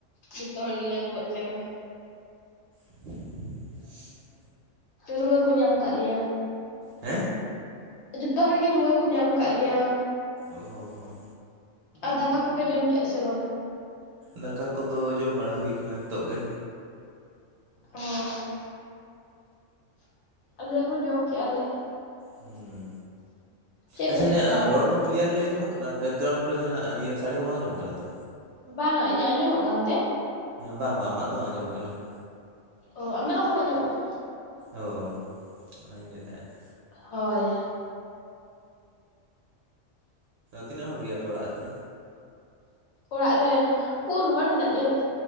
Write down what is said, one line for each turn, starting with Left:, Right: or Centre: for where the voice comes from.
Left: ᱡᱚᱛᱚ ᱦᱚᱲ ᱜᱮᱞᱮ ᱨᱩᱣᱟᱹᱜ ᱠᱟᱱᱟ᱾
Right: <inaudible>
Left: ᱨᱩᱣᱟᱹ ᱠᱚ ᱧᱟᱢ ᱠᱟᱜ ᱞᱮᱭᱟ᱾
Right: ᱦᱮᱸ
Left: ᱡᱚᱛᱚ ᱦᱚᱲ ᱜᱮ ᱨᱩᱣᱟᱹ ᱠᱚ ᱧᱟᱢ ᱠᱟᱜ ᱞᱮᱭᱟ᱾
Right: ᱚ ᱦᱚᱸ
Left: ᱟᱨ ᱫᱟᱠᱟ ᱠᱚᱯᱮ ᱡᱚᱢ ᱠᱮᱜᱼᱟ ᱥᱮ ᱵᱟᱝᱟ?
Right: ᱫᱟᱠᱟ ᱠᱚᱫᱚ ᱡᱚᱢ ᱵᱟᱲᱟ ᱦᱩᱭ ᱠᱟᱱᱟ ᱱᱤᱛᱚᱜ ᱜᱮ᱾
Left: ᱚ ᱟᱞᱮ ᱦᱚᱸ ᱡᱚ ᱠᱮᱜᱟ ᱞᱮ
Right: ᱦᱩᱸ
Left: ᱪᱮᱫ
Right: ᱟᱪᱪᱷᱟ
Left: ᱯᱮ ᱩᱛᱩ
Right: ᱤᱧᱟᱹᱜ
Left: ᱞᱮᱫᱟ ᱟᱯᱮ
Right: ᱨᱚᱲ
Left: ᱫᱚ?
Right: ᱠᱚ ᱠᱞᱤᱭᱟᱨ ᱞᱮᱟᱹᱭ ᱟᱸᱡᱚᱢᱚᱜ ᱠᱟᱱᱟ ᱵᱮᱠᱜᱨᱟᱣᱩᱱᱰ ᱠᱚᱨᱮ ᱡᱟᱦᱱᱟᱜ ᱤᱭᱟᱹ ᱥᱟᱹᱲᱤ ᱠᱚ ᱵᱟᱝ ᱟᱡᱚᱢᱚᱜ ᱠᱟᱱᱟ ᱛᱚ᱾
Left: ᱵᱟᱝ ᱟ ᱤᱧᱟᱹᱜ ᱟᱸᱡᱚᱢᱚᱜ ᱠᱟᱱ ᱛᱮ?
Right: ᱵᱟᱝ ᱵᱟᱝ ᱟᱢᱟᱜ ᱫᱚ ᱵᱟᱝ ᱟᱸᱡᱚᱢᱚᱜ ᱠᱟᱱᱟ ᱾
Left: ᱚ ᱟᱢᱟᱜ ᱦᱚ ᱵᱟᱝ ᱟᱡᱚᱢ ᱠᱟᱱᱟ ᱾
Right: ᱚ ᱚᱱᱟᱧ ᱞᱟᱹᱭᱮᱫ ᱛᱟᱦᱮᱸᱫ ᱾
Left: ᱦᱚᱭ ᱾
Right: ᱛᱤᱱᱟᱹᱜ ᱦᱚᱲ ᱜᱮᱭᱟ ᱯᱮ ᱚᱲᱟᱜ ᱨᱮᱫᱚ?
Left: ᱚᱲᱟᱜ ᱨᱮ ᱯᱩᱱ ᱦᱚᱲ ᱦᱮᱱᱟᱜ ᱞᱮᱭᱟ ᱾